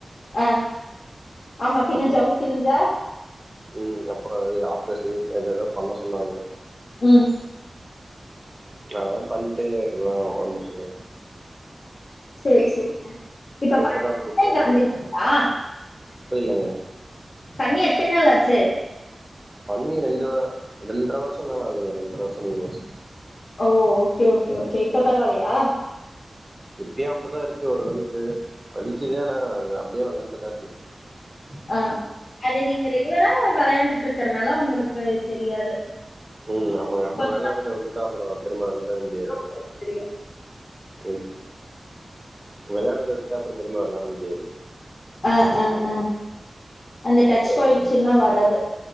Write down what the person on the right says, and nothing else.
அப்றோ
ம் அப்புறோ அது ஆப்ரேஷன் அதெல்லா பண்ண சொன்னாங்க
அதுலா பண்ட்டு இப்ப நா ஒக்காந்துட்ருக்கே
இப்பதா
புரிலங்க
பண்ணி ரெண்டு அ ரெண்டரை வர்ஷோ மேல ஆவுதுங்க ரெண்டரை வர்ஷோ மூணு வர்ஷோ
இப்பயோ அப்புடிதா இருக்கு ஓரளவுக்கு வலி <unintelligible> அது அப்டியே வளந் <unintelligible>
ம் ஆமாங்க அப்ப
வெளாடறத விட்டுட்டா அப்பறோ திரும்ப வெளாடவே முடியாது
ம் வெளையாடறத விட்டுட்டா அப்புற திரும்ப வெளையாட முடியாது
ஆ